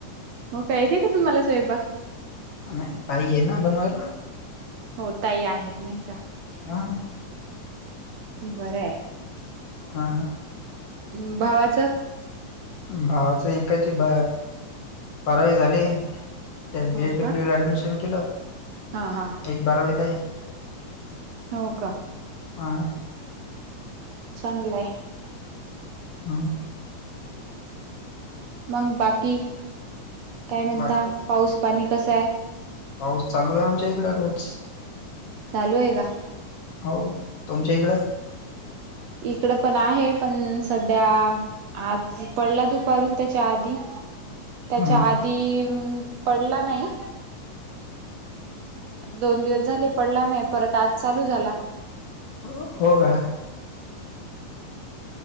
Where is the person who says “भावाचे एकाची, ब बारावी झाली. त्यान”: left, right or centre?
Left